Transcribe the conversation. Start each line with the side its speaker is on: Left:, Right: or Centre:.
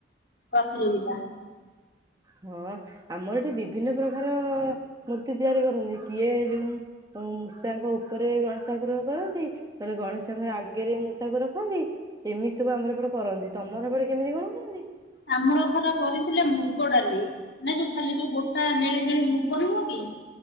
Left: ପ୍ରତିଯୋଗିତା।
Right: ହଁ ଆମର ଏଠି ବିଭିନ୍ନ ପ୍ରକାର ମୂର୍ତ୍ତି ତିଆରି କରନ୍ତି କିଏ ଯୋଉଁ ମୂଷାଙ୍କ ଉପରେ ଗଣେଶ ଠାକୁର କରନ୍ତି। ନହେଲେ ଗଣେଶ ଠାକୁର ଆଗରେ ମୂଷାକୁ ରଖନ୍ତି। ଏମିତି ସବୁ ଆମର ଏପଟେ କରନ୍ତି ତମର ହେପଟେ କେମିତି କଣ କରନ୍ତି?
Left: ଆମର ଥରେ କରିଥିଲେ ମୁଗ ଡାଲି। ନାଇଁ ଯୋଉ ଖାଲି ଯୋଉ ଗୋଟା ନେଳି ନେଳି ମୁଗ ନୁହଁ କି?